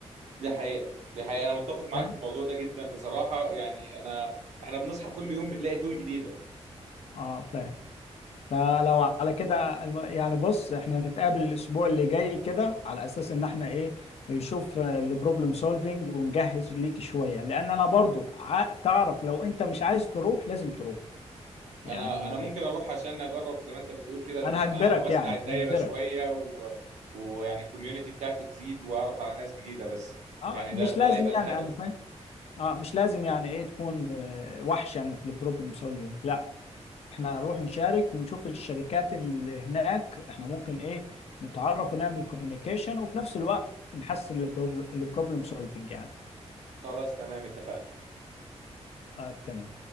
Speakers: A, on the right (about 80°); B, on the left (about 65°).
A: دي حقيقة دي حقيقة أنا متفق معاك
B: فاهم
A: في الموضوع ده جدا بصراحة يعني أنا إحنا بنصحى كل يوم بنلاقي تول جديدة
B: اه فاهم فلو على كده الم- يعني بص احنا نتقابل الاسبوع اللي جاي كده على اساس ان احنا ايه نشوف البروبلم سولفينج ونجهز ليك شوية لان انا برضو ع- تعرف لو انت مش عايز تروح لازم تروح يعني
A: انا انا ممكن اروح عشان اجرب زي ما انت بتقول كده ال-
B: انا هجبرك
A: اوسع
B: يعني
A: الدايره
B: هجبرك
A: شويه و... ويعني الكوميونتي بتاعتي تزيد واعرف على ناس جديده بس
B: اه
A: يعني
B: مش
A: ده ده
B: لازم
A: اللي هيبقى الهدف
B: يعني انا فاهم اه مش لازم يعني ايه تكون آه، وحش يعني في البروبلم سولفينج لا احنا هنروح نشارك ونشوف الشركات اللي هناك احنا ممكن ايه نتعرف ونعمل كوميونيكيشن وفي نفس الوقت نحسن البروبلم سولفنج يعني
A: خلاص تمام اتفقنا
B: طيب تمام